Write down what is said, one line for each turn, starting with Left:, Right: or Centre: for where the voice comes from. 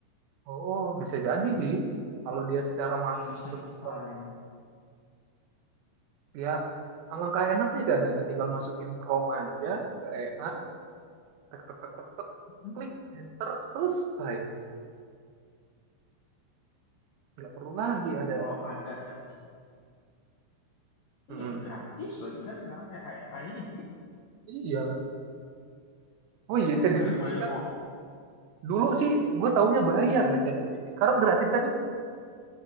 Right: Oh, bisa jadi sih. Kalau dia secara masif
Left: Yang desain-desain.
Right: berkembang, ya alangkah enaknya kan ya, tinggal masukin prom aja ke EA, tek tek tek tek tek
Left: Hmm.
Right: klik enter selesai nggak perlu lagi ada
Left: Kalau ada yang
Right: hmm
Left: iya
Right: mm
Left: gratis lagi kan sekarang kayak AI ini
Right: iya oh
Left: nggak
Right: iya
Left: perlu
Right: ChatGPT
Left: bayar-bayar
Right: kan
Left: orang.
Right: dulu sih gue taunya bayar ya ChatGPT sekarang gratis kan